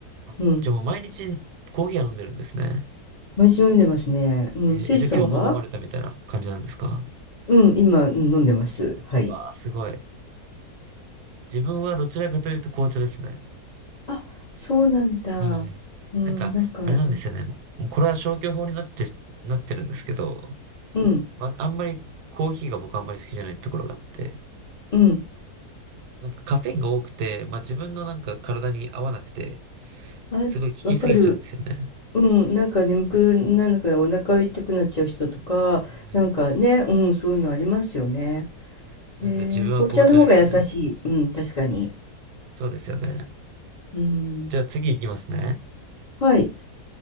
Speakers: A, on the right; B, on the left.
A: あ、
B: うん。
A: じゃあもう毎日コーヒーは飲んでるんですね。
B: 毎日飲んでますね。うん。
A: えーじゃあ今日も飲まれたみたいな感じなんですか
B: せいじさんはうん、今、うん飲んでます。はい。
A: わあ、すごい。自分はどちらかというと紅茶ですね。
B: あ、そうなんだ。
A: はい。
B: うん、
A: なんか、
B: なんか、
A: あれなんですよね。もうこれは消去法になって、なってるんですけど、
B: うん、
A: まあ、んまりコーヒーが僕あんまり好きじゃないところがあって、
B: うん。
A: なんかカフェインが多くて、まあ、自分のなんか体に合わなくて、
B: あ、
A: すごい効きすぎちゃうんですよね。
B: わかる。うん、なんか眠くなるからお腹痛くなっちゃう人とか、
A: はい。
B: なんかね、うん、そういうのありますよね。
A: なので自分は紅茶ですね。
B: えー、紅茶の方が優しい。うん、確かに。
A: そうですよね。
B: うん。
A: じゃあ次行きますね。
B: はい、